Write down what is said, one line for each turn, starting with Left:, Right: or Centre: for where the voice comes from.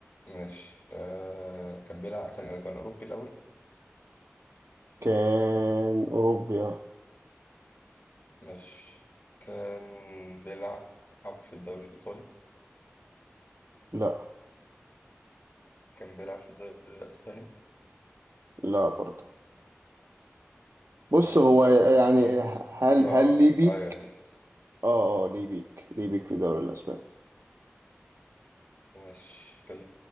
Left: إيه ماشي آه كان بيلعب كان كان أوروبي الأول
Right: كان اوروبيا
Left: ماشي كان بيلعب في الدوري الإيطالي
Right: لا
Left: كان بيلعب في الدوري الأسباني
Right: لا برضه بص
Left: آه، كان
Right: هو
Left: بيلعب
Right: يعني
Left: في الدوري الإنجليزي
Right: هل
Left: ما
Right: هل
Left: آه
Right: ليه بيك
Left: يعني
Right: اه اه ليه بيك ليه بيك في الدوري الاسباني
Left: ماشي كان